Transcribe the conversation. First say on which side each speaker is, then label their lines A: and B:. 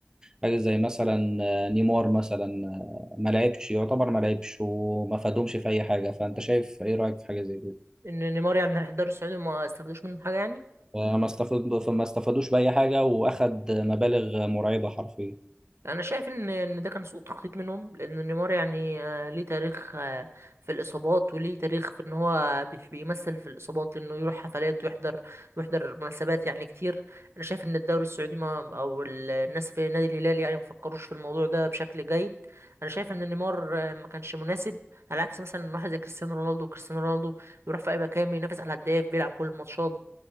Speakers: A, on the right; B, on the right.
A: حاجة زي مثلا آه، نيمار مثلا آه، ما لعبش يعتبر ما لعبش وما فادهمش في أي حاجة فأنت شايف إيه رأيك في حاجة زي كده؟
B: ان نيمار يعني راح الدوري السعودي وما استفادوش منه حاجه يعني
A: آه، ما استفاد ما استفادوش بأي حاجة وأخد مبالغ مرعبة حرفيا
B: انا شايف ان ان ده كان سوء تخطيط منهم لان نيمار يعني آه، ليه تاريخ آه، في الاصابات وليه تاريخ في ان هو بيح- بيمثل في الاصابات لانه يروح حفلات ويحضر ويحضر مناسبات يعني كتير انا شايف ان الدوري السعودي ما او ال- الناس في نادي الهلال يعني ما فكروش في الموضوع ده بشكل جيد انا شايف ان نيمار آه، ما كانش مناسب على عكس مثلا واحد زي كريستيانو رونالدو كريستيانو رونالدو بيروح في اي مكان بينافس على الهداف بيلعب كل الماتشات